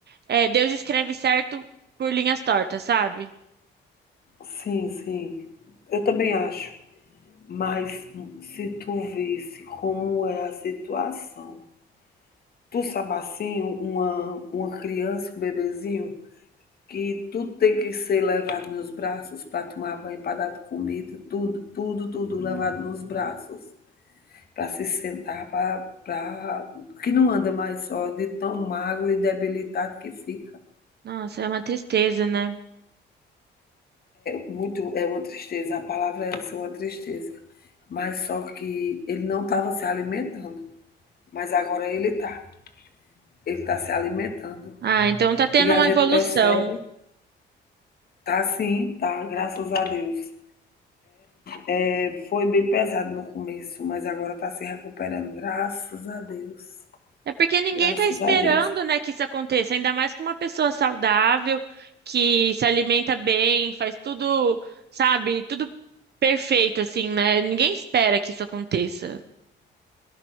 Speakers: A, on the right; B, on the left.
A: é, Deus escreve certo por linhas tortas, sabe?
B: sim, sim. Eu também acho, mas se tu visse como é a situação. Tu sabe assim, uma uma criança, um bebezinho, que tu tem que ser levado nos braços para tomar banho, para dar comida, tudo, tudo, tudo levado nos braços, para se sentar, para para que não anda mais só de tão magro e debilitado que fica.
A: Nossa, é uma tristeza, né?
B: muito, é uma tristeza, a palavra é essa, é uma tristeza. Mas só que ele não estava se alimentando, mas agora ele está. Ele está se alimentando.
A: Ah, então tá tendo
B: E a
A: uma
B: gente
A: evolução.
B: percebe, tá sim, tá, graças a Deus. É, foi bem pesado no começo, mas agora está se recuperando, graças a Deus.
A: É porque ninguém
B: Graças
A: tá esperando,
B: a Deus.
A: né, que isso aconteça, ainda mais com uma pessoa saudável, que se alimenta bem, faz tudo, sabe, tudo perfeito, assim, né? Ninguém espera que isso aconteça.